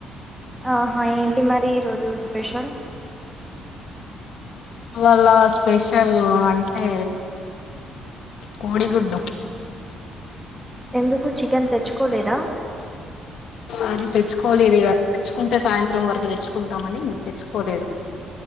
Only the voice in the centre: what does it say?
ఆహా ఏంటి మరి ఈరోజు స్పెషల్
ఎందుకు చికెన్ తెచ్చుకో కోలేద